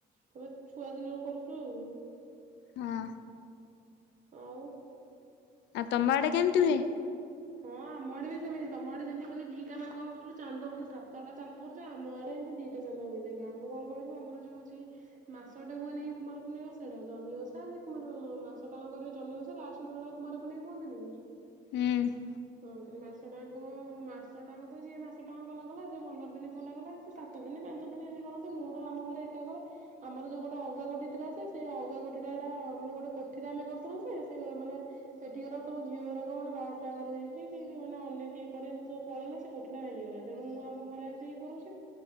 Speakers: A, on the right; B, on the left.
A: ତମେ ଛୁଆ ଦିନରୁ କରୁଛୁ ଆଉ।
B: ହଁ।
A: ଆଉ।
B: ଆ ତମ ଆଡେ କେମିତି ହୁଏ?
A: ହଁ ଆମ ଆଡେ ବି ସେମିତି ତମ ଆଡେ ଜେନ୍ତି ଖାଲି ଦିଟା ମାନେ କଣ କହିଲୁ ଚାନ୍ଦ ମାନେ ସାତଟା ଚାନ୍ଦ କରୁଛ ଆମ ଆଡେ ହେନ୍ତି ଦିଟା ଚାନ୍ଦା ହୁଏ ଦେଖେ ଆମେ କଣ କହିଲୁ ଆମର ଯଉ ହଉଛି ମାସଟେ ହୁଏନିକି କୁମାର ପୁର୍ଣିମା ଓଷାଟା, ଜହ୍ନି ଓଷା ନହଲେ କୁମାର ମାସଟା ଜାକ କରିବେ ଜହ୍ନି ଓଷା ଲାଷ୍ଟ ଦିନଟାକୁ କୁମାରପୂନେଇ କୁହନ୍ତିନି କି?
B: ହୁଁ।
A: ହଁ ସେଟା ମାସଟାଆଙ୍କ ମାସଟାଆଙ୍କ ତ ଯିଏ ମାସ ଟାଙ୍କ କଲା କଲା ଯିଏ ପନ୍ଦର ଦିନ କଲାକଲା ଜିଏ ସାତ ସାତ ଦିନ ପାଞ୍ଚ ଦିନ ଏମତି କରନ୍ତି ମୁଁ ତ ଆମ ଘରେ ଏକାକରେ। ଆମର ଯୋଉ ଗୋଟେ ଅଲଗା କୋଠି ଥିଲା ଯେ ସେ ଅଲଗା କୋଟଠି ହେଟା ମାନେ ଗୋଟେ କୋଠିଟେ ଆମେ କରୁଥିଲୁ ଯେ ସେ ମାନେ ସେଠିକାର ସବୁ ଝିଅଗୁରାକ ମାନେ ବାହାସାହା ଘର ହେଇ କିଏ କି ଯଉମାନେ ଅନ୍ୟ କିଏ କରେ ଏମିତି ସବୁ ପଳେଇଲେ ସେ କୋଠିଟା ଭାଙ୍ଗିଗଲା ତେଣୁ ମୁଁ ଆମ ଘରେ ଆସିକି କରୁଛି।